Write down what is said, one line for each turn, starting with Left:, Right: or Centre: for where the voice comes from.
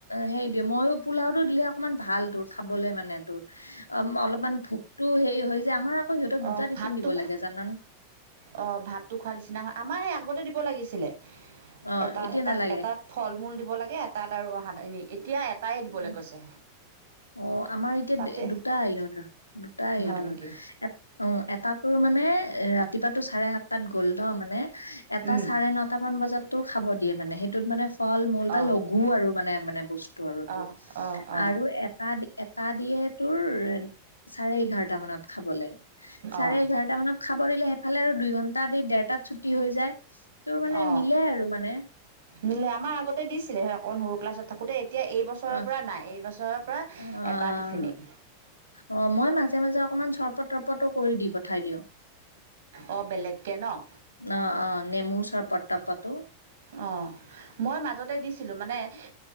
Left: সেই দিও। মইো পোওটো দিলে অকমান ভাল তোৰ খাবলে মানে তোৰ অ, অলপমান ভোকতটো হেৰি হয় যে আমাৰ। সিহঁতক
Right: অ
Left: দুটা টিফিন
Right: ভাতটো
Left: দিব লাগে জানান
Right: অ ভাতটো খোৱা নিচিনা হয় আমাৰ সেই আগতে দিব লাগিছিলে
Left: অ
Right: এটা
Left: এতিয়া
Right: এতাত
Left: নালাগে
Right: এটাত ফল মূল দিব লাগে তাত আৰু অহা এ এতিয়া এটাই দিবলৈ
Left: অ
Right: কৈছে
Left: অ, আমাৰ এতিয়া
Right: তাতে
Left: দুটা আহ ইহতৰ। দুটাাই সিহতৰ
Right: হয় নেকি
Left: এ অ, এটাাতো মানে ৰাতিপুৱাতো চাৰে সাত তাত গ'ল ন মানে এটা
Right: উম
Left: চাৰে নটা মান বজাত তো খাব দিয়ে মানে সেইটোত মানে ফল মূল বা
Right: অ
Left: লগু আৰু মানে - মানে বস্তু আৰু তোৰ
Right: অ অ অ
Left: আৰু। এটা - এটা দিয়ে তোৰ চাৰে এঘাৰটা মানত। খাবলৈ চাৰে
Right: অ
Left: এঘাৰটা মানত খাব দিলে সেইফালে আৰু দুই ঘন্টা দেৰটাত ছুটি হৈ যায়। তোৰ মানে
Right: অ
Left: মিলে আৰু মানে
Right: নিলে আমাৰ আগতে দিছিলে অকণ সৰু ক্লাছত থাকোতে এতিয়া এইবছৰৰ
Left: অ
Right: পৰা নাই। এইবছৰৰ পৰা
Left: অ-
Right: এটা টিফিনেই
Left: অ, মই। মাজে - মাজে অকমান চৰপট তৰপটো কৰি দি পঠাই দিও।
Right: অ বেলেগকৈ ন
Left: অ - অ নেমু চৰপট পাতো।
Right: অ মই মাজতে দিছিলো মানে উ